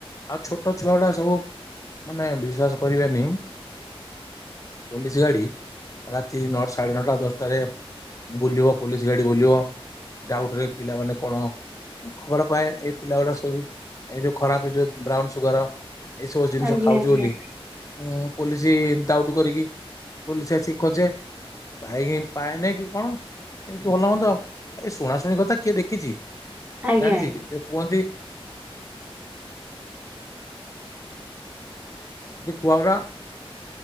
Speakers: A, on the left (about 35°); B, on the right (about 15°).
A: ଆଉ ଛୋଟ ଛୁଆଡା ସବୁ ମାନେ ବିଶ୍ଵାସ କରିବେନି ପୋଲିସ ଗାଡି ରାତି ନଅ ସାଢେ ନଅଟା ଦଶଟାରେ ବୁଲିବ ପୋଲିସ ଗାଡି ବୁଲିବ ଡାଉଟରେ ପିଲାମାନେ କଣ ଖବର ପାଏ ଏଇ ପିଲା ଗୁଡା ସବୁ ଏଇ ଯୋଉ ଖରାପ ଏଇ ଯୋଉ ବ୍ରାଉନ ସୁଗର ଏଇସବୁ ଜିନିଷ
B: ଆଜ୍ଞା
A: ଖାଉଚୁ
B: ଆଜ୍ଞା
A: ବୋଲି ଉଁ ପୋଲିସ ଡାଉଟ୍ କରିକି ପୋଲିସ ଆସିକି ଖୋଜେ ପାଇକି ପାଣି ନାଇକି କଣ <unintelligible> ଏ ଶୁଣା ଶୁଣି କଥା କିଏ ଦେଖିଚି
B: ଆଜ୍ଞା
A: ଜାଣିଛି <unintelligible> ଛୁଆ ଗୁରା